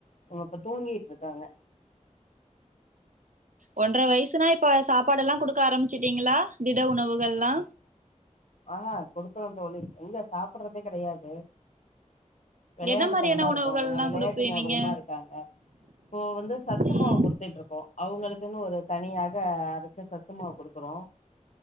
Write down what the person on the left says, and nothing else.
அவுங்க இப்ப தூங்கிட் இருக்காங்க
ஆ குடுக்குறோ தோழி எங்க சாப்பறதே கெடையாது வெளையாட்டுத்தனமா
இருக்காங்க வெளையாட்டு
ஞாபகமா இருக்காங்க இப்போ வந்து சத்து
மாவு குடுத்துட்டு இருக்கோ அவுங்களுக்குன்னு ஒரு தனியாக அரைச்ச சத்து மாவு குடுக்குறோ